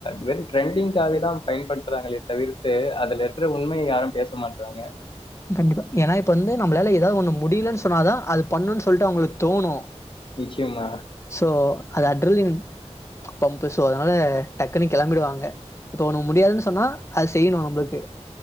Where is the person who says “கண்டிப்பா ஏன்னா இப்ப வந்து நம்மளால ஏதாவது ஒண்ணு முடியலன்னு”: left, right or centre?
Left